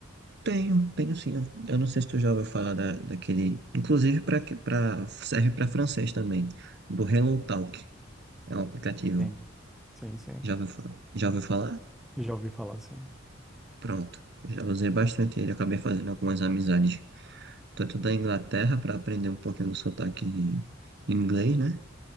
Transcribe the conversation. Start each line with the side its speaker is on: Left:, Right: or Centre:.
Right: Tenho, tenho sim. Eu eu não sei se tu já ouviu falar da, daquele. Inclusive, pra, que- pra, serve para francês também. Do Hello Talk. É um aplicativo.
Centre: Sim, sim, sim.
Right: Já ouviu, fa- já ouviu falar?
Centre: Já ouvi falar, sim.
Right: Pronto. Já usei bastante ele. Acabei fazendo algumas amizades. Tanto da Inglaterra, para aprender um pouquinho do sotaque inglês, né?